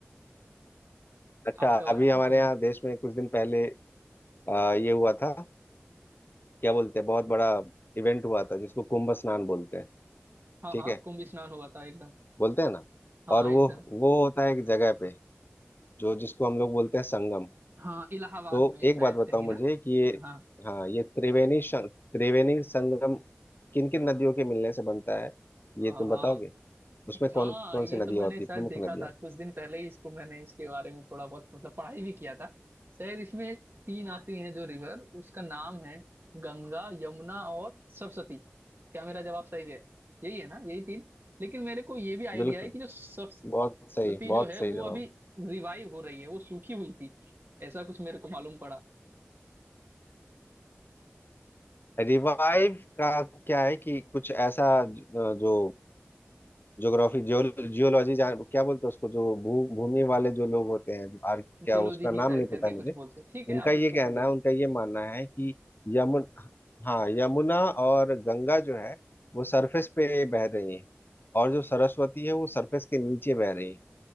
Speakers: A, on the left; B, on the right.
A: <laughs> अच्छा
B: आपका बारे
A: अभी हमारे
B: में हम्म
A: यहाँ देश में कुछ दिन पहले अ, ये हुआ था क्या बोलते हैं बहुत बड़ा इवेंट हुआ था जिसको कुंभ स्नान बोलते हैं
B: हाँ
A: ठीक
B: हाँ
A: है
B: कुंभ स्नान हुआ था एकदम
A: बोलते हैं ना
B: हाँ
A: और
B: एकदम
A: वो वो होता है एक जगह पे जो जिसको हम लोग बोलते हैं संगम
B: हाँ इलाहाबाद
A: तो
B: में
A: एक
B: शायद
A: बात बताओ
B: कहीं
A: मुझे
B: ना
A: कि ये
B: हाँ
A: हाँ ये त्रिवेणी संग- त्रिवेणी संगम किन किन नदियों के मिलने से बनता है
B: हाँ
A: ये तुम
B: हाँ,
A: बताओगे उसमें
B: हाँ
A: कौन कौन
B: ये
A: सी नदियां
B: तो मैंने
A: होती
B: शायद
A: है प्रमुख
B: देखा
A: नदियां
B: था कुछ दिन पहले ही इसको मैंने इसके बारे में थोड़ा बहुत मतलब पढ़ाई भी किया था शायद इसमें एक तीन आती हैं जो रिवर उसका नाम है गंगा यमुना और सरस्वती क्या मेरा जवाब सही है यही है ना यही तीन लेकिन मेरे को ये भी आइडिया
A: बिल्कुल
B: है कि जो सरस्वती
A: बहुत सही बहुत
B: जो है
A: सही
B: वो
A: जवाब
B: अभी रिवाइव हो रही है वो सूखी हुई थी ऐसा कुछ मेरे को मालूम पड़ा
A: रिवाइव का क्या है कि कुछ ऐसा ज- जो ज्योग्राफी जियोलॉजी जान क्या बोलते हैं उसको जो भू भूमि वाले जो लोग होते हैं आर, क्या
B: जिलोजी
A: उसका नाम
B: ही शायद
A: नहीं पता
B: करके
A: है
B: कुछ
A: मुझे
B: बोलते हैं। ठीक है
A: उनका
B: आप
A: ये
B: उसको
A: कहना
B: छोड़िए
A: है उनका ये मानना है कि यमुन हाँ यमुना और गंगा जो है वो सरफेस पे बह रही है और जो सरस्वती है वो सरफेस के नीचे बह रही है